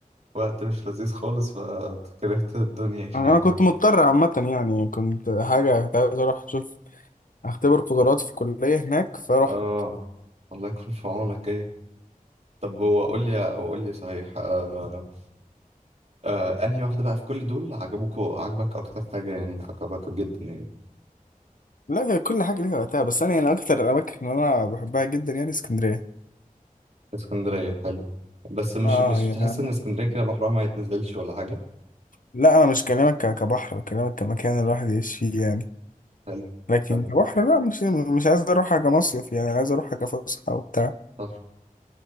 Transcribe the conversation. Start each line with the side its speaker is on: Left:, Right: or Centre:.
Right: وقت مش لذيذ خالص فكرهت الدنيا
Left: انا
Right: يعني
Left: كنت مضطر عامة يعني كنت حاجة كنت عايز اروح اشوف اختبر قدراتي في الكلية هناك فاروح
Right: آه الله يكون في عونك طب هو قول لي قول لي صحيح آه آه انهي واحدة بقى في كل دول عجبك عجبك اكتر حاجة يعني عجبك جدا يعني
Left: لا هي كل حاجة ليها وقتها بس انا يعني اكتر الاماكن اللي انا بحبها جدا يعني اسكندرية
Right: اسكندرية حلو بس مش
Left: اه
Right: مش
Left: يعني
Right: تحس
Left: أنا...
Right: ان اسكندرية كده بحرها ما يتنزلش ولا حاجة
Left: لا انا مش كلامك ك- كبحر كلامك كمكان الواحد يعيش فيه يعني
Right: حلو
Left: لكن
Right: حلو
Left: كبحر لا مش مش عايز اروحها كمصيف يعني عايز اروحها كفسحة وبتاع
Right: صح